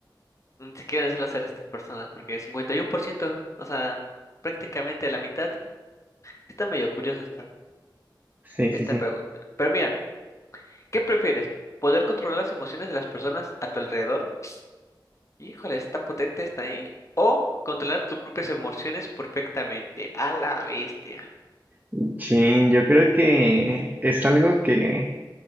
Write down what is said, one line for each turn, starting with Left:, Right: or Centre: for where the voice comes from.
Left: ¿Qué quieren hacer hacer estas personas? Porque 51%, o sea, prácticamente la mitad. Está medio curiosa esta,
Right: Sí,
Left: esta
Right: sí, sí.
Left: pregunta. Pero mira, ¿qué prefieres? ¿Poder controlar las emociones de las personas a tu alrededor? Híjole, está potente esta, ¿eh? ¿O controlar tus propias emociones perfectamente? A la bestia.
Right: Ujú. Chin, yo creo que es algo que